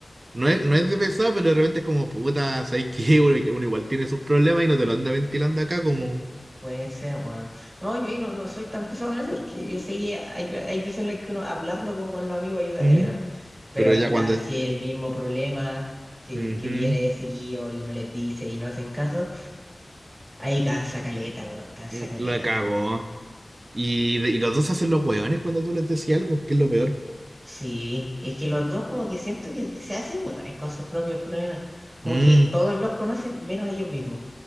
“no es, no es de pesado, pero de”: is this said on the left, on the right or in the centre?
Right